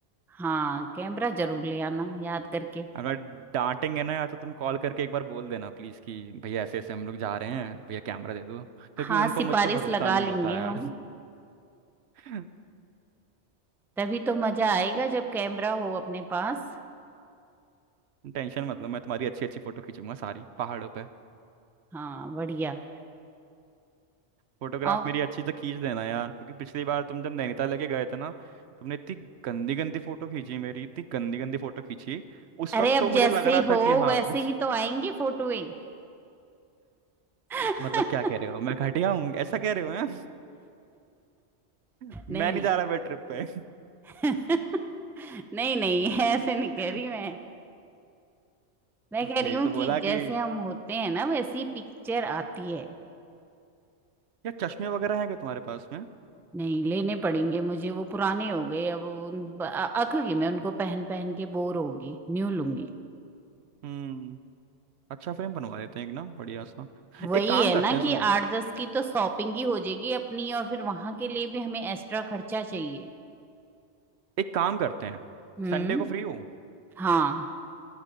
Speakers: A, in the centre; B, on the right (about 75°).
A: हाँ कैमरा जरूर ले आना याद करके
B: अगर डांटेंगे ना यार तो तुम कॉल करके एक बार बोल देना प्लीज कि भैया ऐसे ऐसे हम लोग जा रहे हैं भैया कैमरा दे दो क्योंकि
A: हाँ
B: उनको
A: सिफारिश
B: मुझ पर भरोसा
A: लगा
B: नहीं
A: लेंगे
B: होता
A: हम
B: यार <laughs>
A: तभी तो मजा आएगा जब कैमरा हो अपने पास
B: टेंशन मत लो मैं तुम्हारी अच्छी अच्छी फोटो खींचूंगा सारी पहाड़ों पे
A: हाँ बढ़िया
B: फोटोग्राफ
A: और
B: मेरी अच्छी से खींच देना यार क्योंकि पिछली बार तुम जब नैनीताल लेके गए थे ना तुमने इतनी गंदी गंदी फोटो खींची मेरी इतनी गंदी गंदी फोटो खींची उस
A: अरे
B: वक्त
A: अब
B: तो
A: जैसे
B: मुझे लग रहा
A: हो
B: था कि हाँ
A: वैसे
B: <laughs>
A: ही तो आएंगी फोटोएं <laughs>
B: मतलब क्या कह रहे हो मैं घटिया हूँ ऐसा कह रहे हो हैं? <laughs> मैं
A: नहीं
B: नहीं
A: नहीं
B: जा रहा मैं ट्रिप पे
A: <laughs> नहीं नहीं ऐसे नहीं कह
B: <laughs>
A: रही मैं मैं कह रही
B: यही
A: हूँ
B: तो बोला
A: कि जैसे
B: कि
A: हम होते हैं ना वैसी पिक्चर आती है
B: यार चश्मे वगैरह हैं क्या तुम्हारे पास में
A: नहीं लेने पड़ेंगे मुझे वो पुराने हो गए अब उन ब- अ- अक गई मैं उनको पहन पहन के बोर होगी न्यू लूंगी
B: हम्म अच्छा फ्रेम बनवा देते हैं एक ना बढ़िया सा
A: वही
B: एक काम
A: है
B: करते
A: ना
B: हैं
A: कि
B: सुनो
A: आठ दस की तो शॉपिंग ही हो जाएगी अपनी और फिर वहां के लिए भी हमें एक्स्ट्रा खर्चा चाहिए
B: एक काम करते हैं
A: हम्म
B: संडे को फ्री हो
A: हाँ